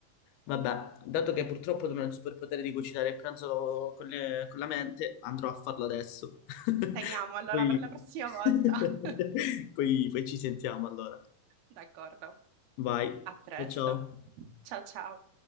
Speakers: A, on the left; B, on the right.
A: Vabbè, dato che purtroppo non ho il superpotere di cucinare il pranzo con le- con la mente, andrò a farlo adesso. <laughs>
B: Segniamo allora
A: Poi,
B: per la prossima volta.
A: <laughs>
B: <laughs>
A: poi, poi ci sentiamo allora.
B: D'accordo.
A: Vai,
B: A presto.
A: ciao ciao.
B: Ciao ciao.